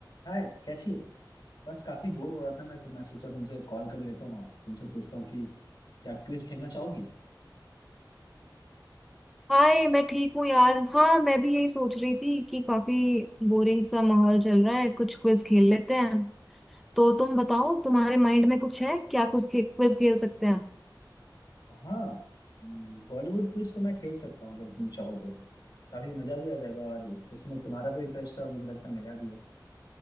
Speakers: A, on the left; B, in the centre.
A: हाय कैसी हो बस काफी बोर हो रहा था मैं तो मैं सोचा तुमसे कॉल कर लेता हूँ तुमसे पूछता हूँ कि क्या क्विज खेलना चाहोगी
B: हाय मैं ठीक हूँ यार हाँ मैं भी यही सोच रही थी कि काफी बोरिंग सा माहौल चल रहा है कुछ क्विज खेल लेते हैं तो तुम बताओ तुम्हारे माइंड में कुछ है क्या कुछ क्विज खेल सकते हैं
A: हाँ बॉलीवुड क्विज तो मैं खेल सकता हूँ अगर तुम चाहो तो काफी मजा भी आ जाएगा और उसमें तुम्हारा भी इंटरेस्ट है और मुझे लगता है मेरा भी है